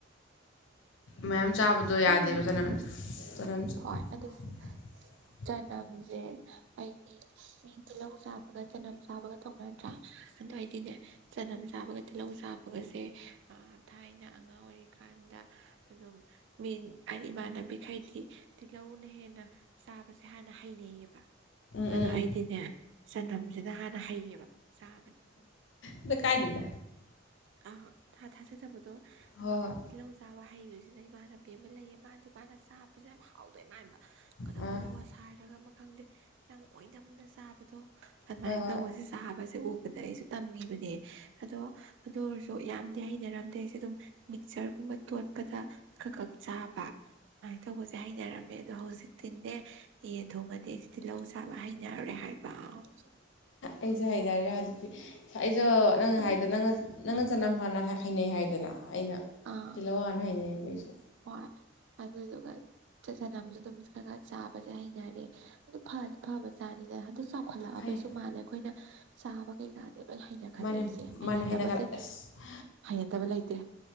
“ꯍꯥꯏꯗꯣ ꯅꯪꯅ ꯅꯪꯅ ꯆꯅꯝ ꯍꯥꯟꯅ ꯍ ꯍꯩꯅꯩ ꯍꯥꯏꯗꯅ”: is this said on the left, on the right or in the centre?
Left